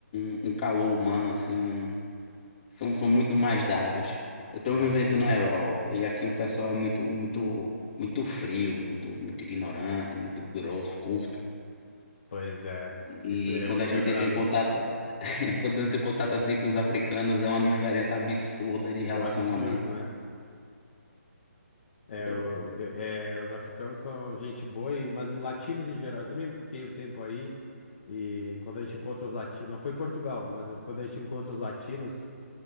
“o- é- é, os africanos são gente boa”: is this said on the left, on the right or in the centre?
Left